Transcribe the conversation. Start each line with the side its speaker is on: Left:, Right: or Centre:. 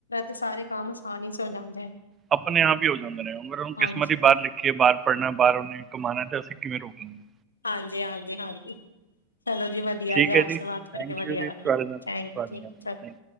Left: ਰ ਸਾਰੇ ਕੰਮ ਆਸਾਨੀ ਸ ਹੋ ਜਾਂਦੇ ਹੈ।
Right: ਆਪਣੇ ਆਪ ਹੀ ਹੋ ਜਾਂਦਾ ਰਹੇਗਰ
Left: ਹਾਂਜੀ
Right: ਕਿਸਮਤ ਹੀ ਬਾਹਰ ਲਿਖੀਏ ਬਾਹਰ ਪੜ੍ਹਨਾ ਬਾਹਰ ਉਹਨੇ। ਕਮਾਣਾ ਤੇ ਅਸੀਂ ਕਿਵੇਂ ਰੋਕਣਗੇ।
Left: ਹਾਂਜੀ, ਹਾਂਜੀ, ਹਾਂਜੀ। ਚਲੋ ਜੀ ਵਧੀਆ
Right: ਠੀਕ
Left: ਜੇ ਆਪ
Right: ਹੈ ਜੀ ਥੈਂਕ
Left: ਬਾਤ ਕਰਕੇ ਵਧੀਆ
Right: ਯੂ ਜੀ
Left: ਲ
Right: ਤੁਹਾਡੇ
Left: ਥੈਂਕ
Right: ਨਾਲ ਤੁਹਾਡੇ
Left: ਯ ਠੀਕ
Right: ਨਾਲ ਥੈਂਕ
Left: ਚਲ
Right: ਯੂ